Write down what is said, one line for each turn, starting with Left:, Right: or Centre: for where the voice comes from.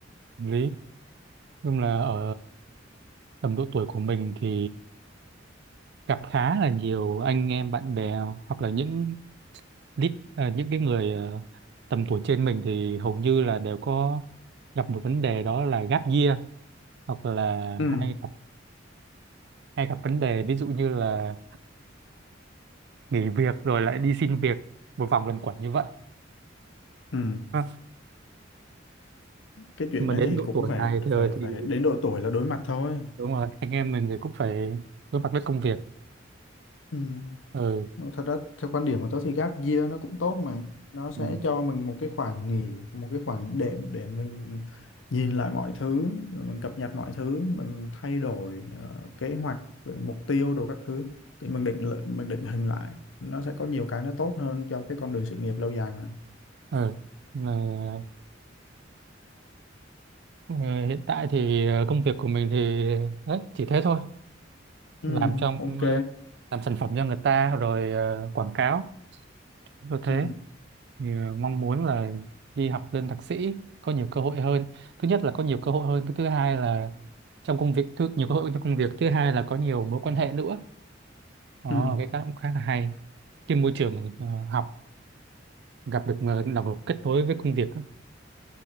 Right: lý nhưng là ở tầm độ tuổi của mình thì gặp khá là nhiều anh em bạn bè hoặc là những lít à, những cái người ờ, tầm tuổi trên mình thì hầu như là đều có gặp một vấn đề đó là gap year hoặc là
Left: ừ
Right: hay gặp hay gặp vấn đề ví dụ như là nghỉ việc rồi lại đi xin việc một vòng luẩn quẩn như vậy
Left: ừ
Right: Ha.
Left: cái chuyện
Right: Nhưng mà
Left: đấy
Right: đến
Left: thì
Right: độ
Left: cũng
Right: tuổi
Left: phải
Right: này thì,
Left: phải
Right: thì
Left: phải đến độ tuổi là đối mặt thôi
Right: đúng rồi anh em mình thì cũng phải đối mặt với công việc
Left: ừ
Right: ừ
Left: Nhưng mà thật ra theo quan điểm của tớ thì gap year nó cũng tốt mà nó sẽ
Right: ừ
Left: cho mình một cái khoảng nghỉ một cái khoảng đệm để mình nhìn lại mọi thứ rồi mình cập nhật mọi thứ mình thay đổi ờ, kế hoạch rồi mục tiêu đồ các thứ thì mình định lợi- mình định hình lại nó sẽ có nhiều cái nó tốt hơn cho cái con đường sự nghiệp lâu dài mà
Right: ừ Ờ, ờ, hiện tại thì ờ, công việc của mình thì đấy, chỉ thế thôi
Left: ừ
Right: làm trong
Left: ok
Right: ờ, làm sản phẩm cho người ta rồi ờ, quảng cáo như thế
Left: ừ
Right: thì ờ, mong muốn là đi học lên thạc sĩ có nhiều cơ hội hơn thứ nhất là có nhiều cơ hội hơn cái thứ hai là trong công việc thứ, nhiều cơ hội trong công việc thứ hai là có nhiều mối quan hệ nữa đó,
Left: ừ
Right: cái đó cũng khá là hay trên môi trường ờ, học gặp được người đồng kết nối với công việc